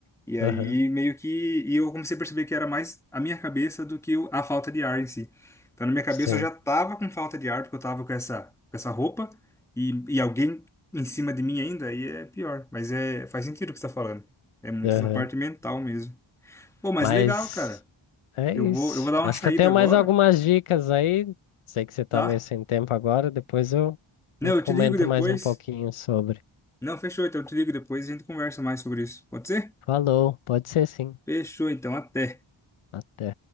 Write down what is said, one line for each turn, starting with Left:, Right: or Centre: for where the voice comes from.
Centre: E aí
Left: Aham,
Centre: meio que e eu comecei a perceber que era mais a minha cabeça do que o- a falta de ar em si. Então na minha cabeça
Left: sim.
Centre: eu já tava com falta de ar porque eu tava com essa com essa roupa e, e alguém em cima de mim ainda, aí é pior. Mas é faz sentido o que você tá falando. É muito
Left: Aham.
Centre: essa parte mental mesmo. Pô, mas
Left: Mas
Centre: legal, cara.
Left: é
Centre: Eu
Left: isso.
Centre: vou eu vou dar uma
Left: Acho
Centre: saída
Left: que eu tenho
Centre: agora,
Left: mais algumas dicas aí. Sei que você tá
Centre: tá?
Left: meio sem tempo agora, depois eu,
Centre: Não,
Left: eu comento
Centre: eu te ligo depois.
Left: mais um pouquinho sobre.
Centre: Não, fechou, então eu te ligo depois e a gente conversa mais sobre isso. Pode ser?
Left: Falou, pode ser sim.
Centre: Fechou, então, até.
Left: Até.